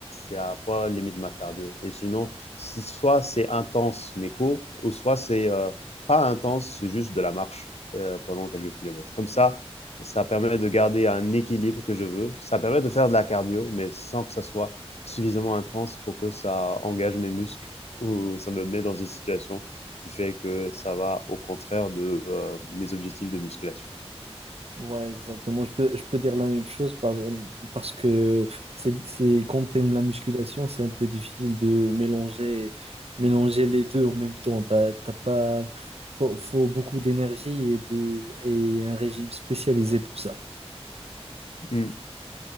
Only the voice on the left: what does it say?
à quoi limite ma cardio. Et sinon, si, soit c'est intense mais court, ou soit c'est euh, pas intense, c'est juste de la marche euh, pendant quelques kilomètres. Comme ça, ça permet de garder un équilibre que je veux. Ça permet de faire de la cardio, mais sans que ça soit suffisamment intense pour que ça engage mes muscles <laughs> ou ça me met dans une situation qui fait que ça va au contraire de euh, mes objectifs de musculation.
Mm.